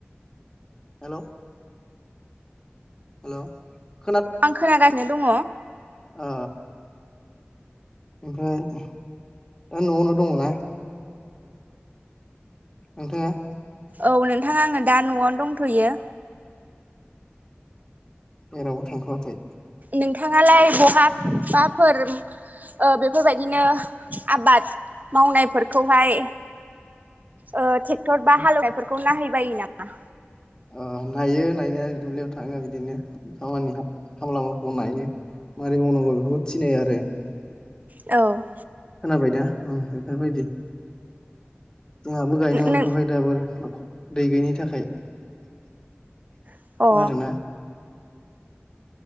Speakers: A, on the left; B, on the right.
A: हेल' हेल'
B: आं खोनागासिनो दङ
A: अ ओमफ्राय दा न'आवनो दङना नोंथाङा
B: औ नोंथाङा आङो दा न'आवनो दंथ'यो
A: जेरावबो थांथवाखै
B: नोंथाङालाय बहाबाफोर ओ बेफोरबायदिनो आबाद मावनायफोरखौहाय ओ ट्रेक्टर बा
A: ओ
B: हालेवनायफोरखौ नायाहैबायो नामा
A: अ नायो नायनाया दुब्लियाव थाङो बिदिनो खामानि खामलाफोरखौ नायो माबोरै मावनांगौ बेफोरखौ थिनो आरो
B: औ
A: खोनाबाय दा बेफोरबायदि जोंहाबो गायनो मोनथ'खबाय
B: नों
A: दाबो दै गैयिनि थाखाय खोनादोंना
B: अ औ